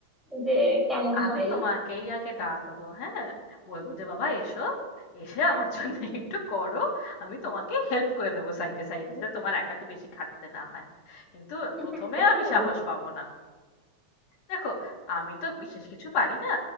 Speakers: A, in the centre; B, on the left.
A: যে কেমন
B: আমি
A: হয়
B: তোমাকেই আগে ডাকবো হ্যাঁ বলবো যে বাবা এসো এসে আমার <laughs> জন্য একটু করো আমি তোমাকে হেল্প করে দেবো সাইডে সাইডে যাতে তোমার একাকে বেশি খাটতে না হয় কিন্তু
A: হ্যাঁ
B: প্রথমে
A: সেটা
B: আমি সাহস
A: অবশ্যই
B: পাবো না দেখো আমি তো বিশেষ কিছু পারি না